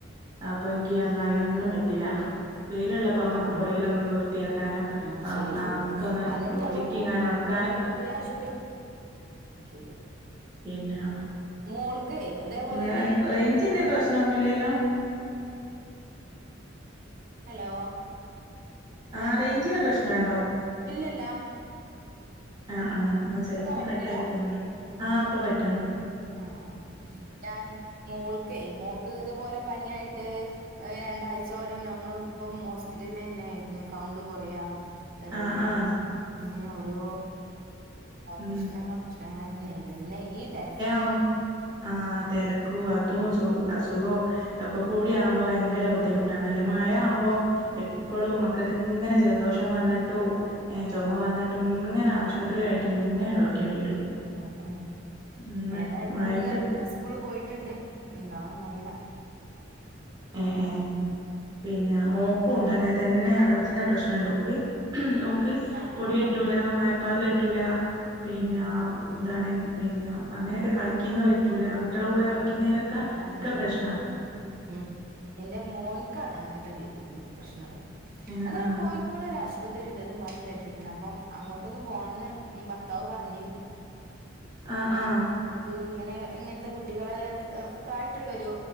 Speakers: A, on the right (about 20°); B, on the right (about 45°).
A: അപ്പനിക്കി അയിന് ഒന്നും പറ്റില്ല
B: അതെ
A: വെയില്ള്ളപ്പം നമ്മയ്ക്ക്
B: ആഹ്
A: പൊരേയിലൊന്ന്
B: ആഹ്
A: വൃത്തിയാക്കാനോ
B: ആഹ് ശരി
A: ആ
B: ശരി
A: ഒക്കെ
B: ശരി
A: ഒന്ന്
B: അതന്നെ മോൾക്കും
A: ചിക്കി ഇങ്ങാനും ഒണക്കാനോ
B: <unintelligible> ശരി
A: പിന്ആ
B: മോൾക്കേ
A: <unintelligible>
B: അതേപോലെന്നെ
A: റേഞ്ചിന്റെ പ്രശ്നൊന്നുല്ലല്ലോ
B: ഹലോ
A: ആ റേഞ്ചിന പ്രശ്നുണ്ടോ
B: ഇല്ലില്ല
A: ആ എന്നാ ചെലപ്പോം
B: പറ്റണില്ല
A: കട്ടായി പോണണ്ട് ആ ഇപ്പൊ പറ്റന്ന്
B: ആ ആ ഞാൻ മോൾക്കെ മോൾക്ക് ഇതുപോലെ പനിയായിട്ട് ്് രണ്ടാഴ്ചോരം നമ്മള് ഇപ്പം ഹോസ്പിറ്റല ന്നെ ആയിരുന്നു കൗണ്ട് കൊറയാ അതേപോലെ
A: ആ ആ
B: ഇങ്ങനെ ഓരോ പ്രശ്നങ്ങ
A: ഉം
B: പ്രശ്നങ്ങൾ ന്നെ ഇന്നാ പിന്നെ ഈ തെരകും
A: <unintelligible> ആ തെരക്കും അതും സുഖു അസുഖോ ഒക്കെ കൂടെ
B: ഉം
A: ആകുമ്പോൾ ഭയങ്കര ഭയങ്കര ബുദ്ധിമുട്ടാണല്ലേ മഴ ആവുമ്പോ എപ്പോളും മക്കൾക്ക് ഇങ്ങനെ ജലദോഷം വന്നിട്ടു ഏ ചുമ വന്നിട്ട് ഇങ്ങനെ ആശുപത്രി ആയിട്ട് ഇങ്ങനെ കളിക്കേണ്ടി വരും
B: ആ അതന്നെ
A: ഉം
B: ഏതായാലു
A: മഴയത്ത്
B: പ്പന്ന് ഇന്ന് സ്കൂള് പോയി ട്ട്ണ്ട് എന്താവന്ന്റിയീല
A: ഏഏ പിന്നെ മോക്കു ഇന്ക്കുംണ്ട് അങ്ങനെ തന്നെ അലർജിന്റെ പ്രശ്‌നൻടോ ഓക്ക് ഉം ഓക്ക്
B: ആഹ്
A: പൊടിയ അറ്റൂല
B: ആഹ്
A: മഴ പ്പാറലറ്റൂല പിന്നെ
B: അതെ
A: ന്താണ് പിന്നെ അങ്ങനോക്കെ യൊക്കെ കളിക്കുന്ന പറ്റൂല കുട്ട്യളെ കൂടെ കളിക്കുന്നേരൊക്കെ
B: അതെ അതെ
A: ഒക്കെ
B: അതെ
A: പ്രശ്നാ
B: അതെ ഉം എന്റെ മോൻക്കാണ് അങ്ങനെത്തെ പ്രശ്നള്ളത്
A: ആ ആ
B: അതൊവ്ടെ കോഴിക്കോട് ഒരു ആശുപത്രി ണ്ട്ന്ന് പറഞ്ഞ് കേട്ടിട്ടുണ്ട് അപ്പം അങ്ങോട്ടൊന്ന് പോണംന്ന് ഭർത്താവ് പറഞ്ഞിന്ന് <unintelligible>
A: ആ ആ
B: അത് ഇങ്ങനെ ഇങ്ങനത്തെ കു ട്ടികളെ കായിട്ടുള്ളൊരു